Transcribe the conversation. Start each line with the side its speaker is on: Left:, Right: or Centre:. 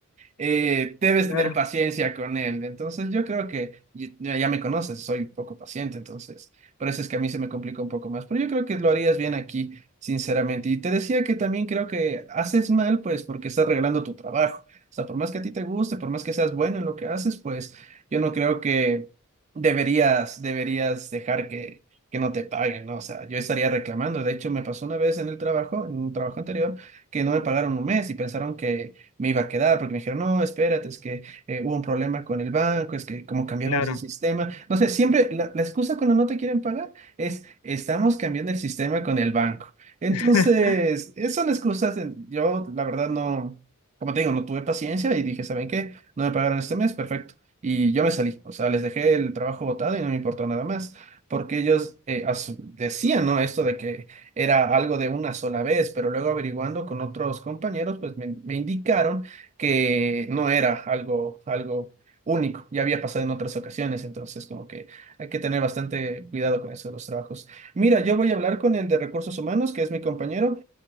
Right: eh, debes
Left: claro,
Right: tener paciencia con él. Entonces yo creo que ya, ya me conoces, soy poco paciente, entonces por eso es que a mí se me complica un poco más. Pero yo creo que lo harías bien aquí, sinceramente. Y te decía que también creo que haces mal, pues porque estás regalando tu trabajo. O sea, por más que a ti te guste, por más que seas bueno en lo que haces, pues yo no creo que deberías, deberías dejar que... que no te paguen, ¿no? O sea, yo estaría reclamando. De hecho, me pasó una vez en el trabajo, en un trabajo anterior, que no me pagaron un mes y pensaron que, me iba a quedar, porque me dijeron, no, espérate, es que eh, hubo un problema con el banco, es que como cambiamos
Left: claro.
Right: de sistema, no sé, siempre la, la excusa cuando no te quieren pagar es, estamos cambiando el sistema con el banco. Entonces,
Left: <laughs>
Right: eh, son excusas, eh, yo la verdad no, como te digo, no tuve paciencia y dije, ¿saben qué? No me pagaron este mes, perfecto. Y yo me salí, o sea, les dejé el trabajo botado y no me importó nada más, porque ellos eh, asu- decían, ¿no? Esto de que era algo de una sola vez, pero luego averiguando con otros compañeros, pues me, me indicaron que no era algo, algo único, ya había pasado en otras ocasiones, entonces como que hay que tener bastante cuidado con eso de los trabajos. Mira, yo voy a hablar con el de recursos humanos, que es mi compañero,